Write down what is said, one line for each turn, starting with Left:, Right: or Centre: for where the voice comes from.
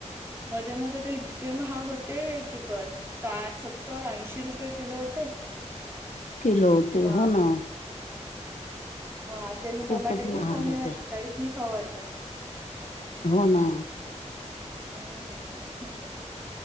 Right: मध्ये मध्ये तर इतके महाग होते की बस साठ सत्तर ऐंशी रुपये किलो होते.
Left: किलो होते
Right: म
Left: हो ना.
Right: अशेने
Left: खूपच
Right: टमाटे
Left: महाग
Right: पण खाऊ नाही
Left: होते
Right: वाटत काहीच नाही खाऊं वाटत.
Left: हो ना.
Right: हम्म.